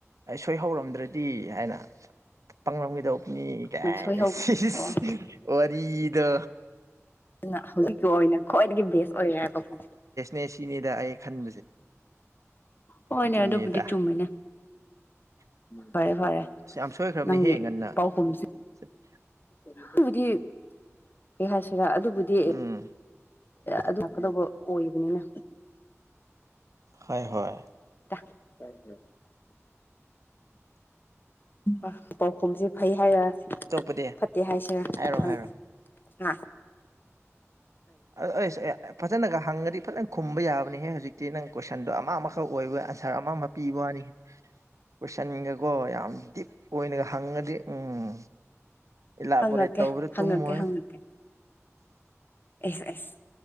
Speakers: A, on the right; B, on the left.
A: ꯑꯩ ꯁꯣꯏ ꯍꯧꯔꯝꯗ꯭ꯔꯗꯤ ꯍꯥꯏꯅ ꯄꯪꯂꯝꯒꯗꯧꯕꯅꯤ ꯀꯥꯏꯅꯥ
B: ꯉꯁꯣꯏ ꯍꯧ
A: ꯏꯁꯩ
B: ꯑꯣ
A: ꯋꯔꯤꯗꯣ
B: ꯑꯗꯨꯅ ꯍꯧꯖꯤꯛꯀꯤ ꯑꯣꯏꯅ ꯈ꯭ꯋꯥꯏꯗꯒꯤ ꯕꯦꯁ ꯑꯣꯏꯔꯦ ꯍꯥꯏꯕꯀꯣ
A: ꯃꯦꯁꯤꯅꯤꯗ ꯑꯩꯁꯨ
B: ꯍꯣꯏꯅꯦ
A: ꯑꯗꯨꯅꯤꯗ
B: ꯑꯗꯨꯕꯨꯗꯤ ꯆꯨꯝꯃꯤꯅꯦ ꯐꯔꯦ ꯐꯔꯦ
A: ꯑꯁ ꯌꯥꯝ ꯁꯣꯏꯈ꯭ꯔꯕꯅꯦꯍꯦ
B: ꯅꯪꯒꯤ
A: ꯉꯟꯅ
B: ꯄꯥꯎꯈꯨꯝꯁꯤ
A: <inaudible>
B: ꯑꯗꯨꯕꯨꯗꯤ ꯀꯩ ꯍꯥꯏꯁꯤꯔꯥ ꯑꯗꯨꯕꯨꯗꯤ
A: ꯎꯝ
B: ꯑꯗꯨ ꯂꯥꯛꯀꯗꯧꯕ ꯑꯣꯏꯕꯅꯤꯅ
A: ꯍꯣꯏ ꯍꯣꯏ
B: ꯍ <unintelligible> ꯑ ꯄꯥꯎꯈꯨꯝꯁꯦ ꯐꯩ ꯍꯥꯏꯔ
A: ꯑꯇꯣꯞꯄꯗꯤ
B: ꯐꯠꯇꯦ ꯍꯥꯏꯁꯤꯔ
A: ꯍꯥꯏꯔꯣ
B: ꯈꯪ
A: ꯍꯥꯏꯔꯣ
B: ꯅ
A: ꯑ ꯑꯩꯁ ꯐꯖꯅꯒ ꯍꯪꯉꯗꯤ ꯐꯖꯅ ꯈꯨꯝꯕ ꯌꯥꯕꯅꯤꯍꯦ ꯍꯧꯖꯤꯛꯇꯤ ꯅꯪ ꯀꯣꯏꯁꯟꯗꯣ ꯑꯃ ꯑꯃꯈꯛ ꯑꯣꯏꯕ ꯑꯟꯁꯔ ꯑꯃꯈꯛ ꯄꯤꯕꯅꯤ ꯀꯣꯏꯁꯟꯒꯀꯣ ꯌꯥꯝ ꯗꯤꯞ ꯑꯣꯏꯅꯒ ꯍꯪꯉꯗꯤ ꯎꯝ ꯏꯂꯕꯣꯔꯦꯇ
B: ꯍꯪꯉꯛꯀꯦ
A: ꯇꯧꯕꯗ
B: ꯍꯪꯉꯛꯀꯦ
A: ꯇꯨꯝꯃꯣꯏ
B: ꯍꯪꯉꯛꯀꯦ ꯑꯦꯁ ꯑꯦꯁ